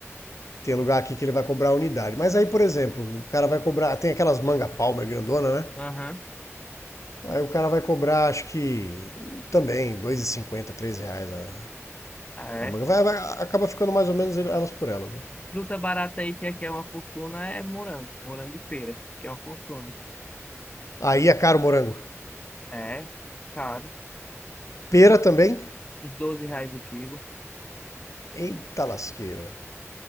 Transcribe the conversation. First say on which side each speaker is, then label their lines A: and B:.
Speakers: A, on the left (about 85°); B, on the left (about 25°).
A: Tem lugar aqui que ele vai cobrar a unidade. Mas aí, por exemplo, o cara vai cobrar. Tem aquelas manga palmer grandona, né?
B: Aham,
A: Aí o cara vai cobrar, acho que também, dois e cinquenta três reais a,
B: ah é.
A: a manga. Vai, vai- acaba ficando mais ou menos elas por elas. né?
B: Fruta barata aí que aqui é uma fortuna é morango, morango e pera, que é uma fortuna.
A: Aí é caro o morango.
B: É, caro.
A: Pera
B: Tipo,
A: também?
B: uns 12 reais o quilo.
A: Eita lasqueira.